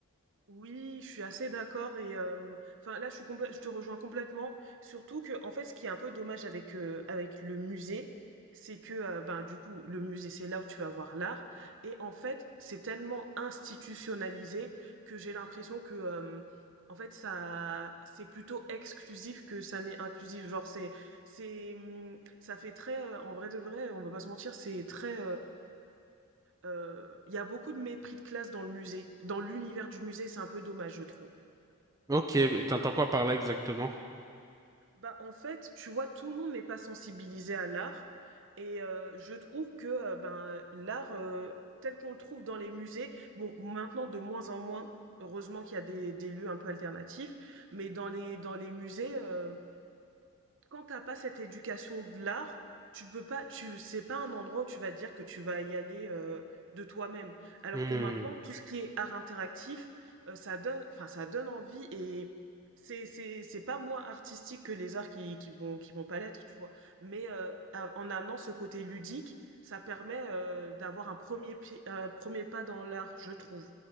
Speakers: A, on the right (about 60°); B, on the right (about 15°).
A: Oui, je suis assez d'accord et euh, enfin là je suis complè- je te rejoins complètement. Surtout que en fait ce qui est un peu dommage avec euh, avec le musée, c'est que euh, ben du coup le musée c'est là où tu vas voir l'art et en fait c'est tellement institutionnalisé que j'ai l'impression que euh, en fait ça c'est plutôt exclusif que ça n'est inclusif. Genre c'est c'est hum, ça fait très euh, en vrai de vrai on va pas se mentir c'est très euh, Il y a beaucoup de mépris de classe dans le musée, dans l'univers du musée, c'est un peu dommage, je trouve.
B: Ok, mais t'entends quoi par là exactement?
A: Bah, en fait, tu vois, tout le monde n'est pas sensibilisé à l'art, et euh, je trouve que euh, ben l'art euh, tel qu'on le trouve dans les musées, bon, maintenant de moins en moins, heureusement qu'il y a des, des lieux un peu alternatifs, mais dans les dans les musées, euh, quand t'as pas cette éducation de l'art, tu peux pas, tu, c'est pas un endroit où tu vas te dire que tu vas y aller euh, de toi-même. Alors
B: Hmm.
A: que maintenant, tout ce qui est art interactif, euh, ça donne, enfin, ça donne envie et c'est, c'est, c'est pas moins artistique que les arts qui, qui vont, qui vont pas l'être, tu vois. Mais euh, a- en amenant ce côté ludique, ça permet euh, d'avoir un premier, pied- un premier pas dans l'art, je trouve.